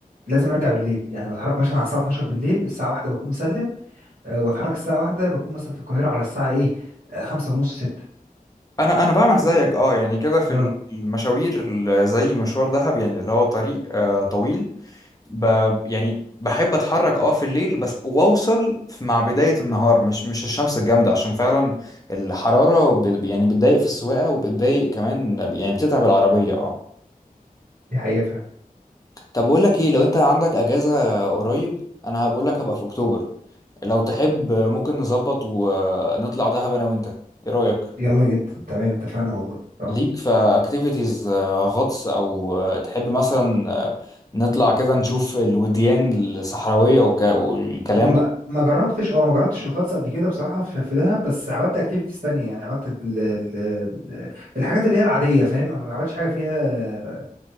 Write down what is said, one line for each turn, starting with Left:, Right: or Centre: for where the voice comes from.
Right: لازم ارجع بالليل يعني بتحرك مثلا على الساعه 12 بالليل الساعه واحدة بكون مسلم آه، واتحرك الساعه واحدة بكون مثلا في القاهره على الساعه ايه 5 ونص 6
Left: انا انا بعمل زيك اه يعني كده في
Right: اه
Left: ال- المشاوير ال- زي مشوار دهب يعني اللي هو طريق آه طويل ب يعني بحب اتحرك اه في الليل بس واوصل في- مع بداية النهار مش مش الشمس الجامدة عشان فعلا الحرارة وب- يعني بتضايق في السواقة وبتضايق كمان يعني بتتعب العربية اه
Right: دي حقيقة فعلا
Left: طب بقول لك ايه لو انت عندك اجازة قريب انا هبقول لك هبقى في اكتوبر لو تحب ممكن نظبط ونطلع دهب انا وانت ايه رأيك
Right: يلا جدا تمام اتفقنا والله اه
Left: ليك في اكتيفيتيز غطس او آه، تحب مثلا آه، نطلع كده نشوف الوديان الصحراوية والك- والكلام
Right: ما
Left: ده
Right: ما جربتش اه ما جربتش الغطس قبل كده بصراحة في, في دهب بس عملت اكتيفيتيز تانية يعني عملت ال ال الحاجات اللي هي العادية فاهم ما عملتش حاجة فيها